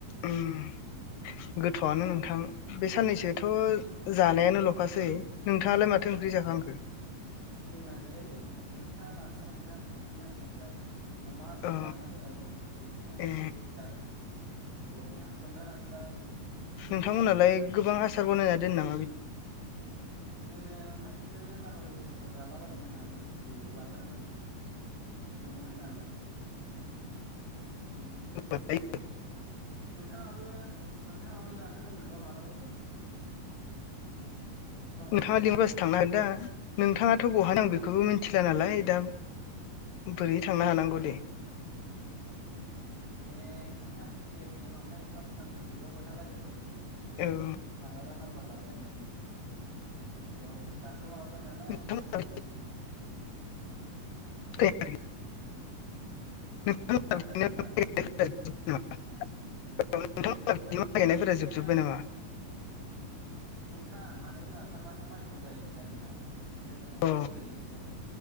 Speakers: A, on the left; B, on the right.
A: उम गोथावआनो नोंथां बे साननैसोथ'
B: अ
A: जानायानो ल'खासै नोंथाङालाय
B: अ
A: माथो ओंख्रि जाखांखो?
B: जोंना गैयालै मैथा नासो नोंथां बिदिनो ओमफ्राय। अमा आसार
A: अ
B: बानायना दोननाय दंमोन बेखौनो एसे
A: ए
B: जादों। गरमना सोमजानानैसो जाबाय।
A: नोंथांमोनहालाय गोबां आसार बनायना दोनो नामा बिदि
B: दोनो नोंथां बिदिनो दोनलाबायो सम सम जालाबायनो होननानै जौ बानायनानै दोनो। लोंनो होननानै इदिनो।
A: <unintelligible>
B: नोंथाङाबो नोंथाङाबो जानो लोंनोबा मालाबा फै। सम मोनोब्ला
A: नोंथाङा लिंबासो थांनो हागोन दा नोंथाङाथ' बहानि आं बेखौबो मिथिला नालाय दा बोरै थांनो हानांगौ दे।
B: ए नोंथां दे उनावहाय पार्सनेल कनटेक्आव खोन्थालायगोन बेखौहाय।
A: औ।
B: मालाबा नामबार लालायनायनानै। र' दाथ' माबाबाय नालाय।
A: नोंथांमोना <unintelligible> <unintelligible>
B: खोनादों नोंथां माइ गायनाया
A: जोबजुबबाय नामा?
B: नोंथां माने जोंहा थारमाने माइखौनो गायखाया नोंथां। ओंखायनो
A: अ
B: ओरैनोसो